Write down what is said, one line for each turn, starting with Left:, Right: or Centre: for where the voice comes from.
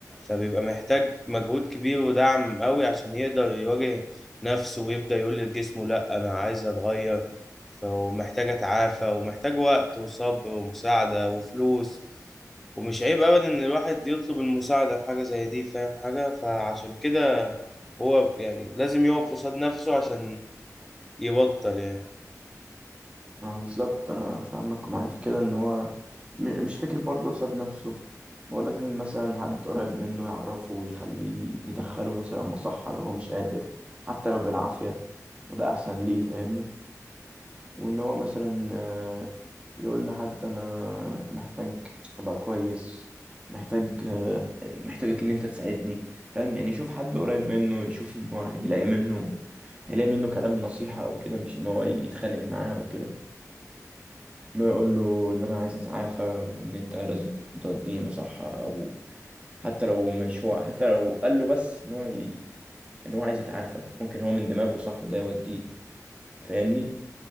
Centre: فبيبقى محتاج مجهود كبير ودعم قوي عشان يقدر يواجه نفسه ويبدأ يقول لجسمه لأ أنا عايز أتغير فمحتاج أتعافى ومحتاج وقت وصبر ومساعدة وفلوس ومش عيب ابدا ان الواحد يطلب المساعده في حاجه زي دي فاهم حاجه فعشان كده هو يعني لازم يقف قصاد نفسه عشان يبطل يعني
Right: ما هو بالظبط أنا فاهمك ومعاك في كده إن هو م- مش فكر برضه قصاد نفسه هو لازم مثلا حد قريب منه يعرفه ويخليه يدخله مثلا مصحة لو هو مش قادر حتى لو بالعافية وده أحسن ليه فاهمني وان هو مثلا آه، يقول لحد انا محتاج ابقى كويس محتاج آه، محتاجك ان انت تساعدني فاهم يعني يشوف حد قريب منه يشوف ان هو هيلاقي منه هيلاقي منه كلام نصيحة او كده مش ان هو يتخانق معاه او كده ان هو يقول له ان انا عايز اتعافى وان انت لازم توديني مصحة او حتى لو مش هو حتى لو قال له بس ان هو ي... ان هو عايز يتعافى ممكن هو من دماغه صاحبه ده يوديه فاهمني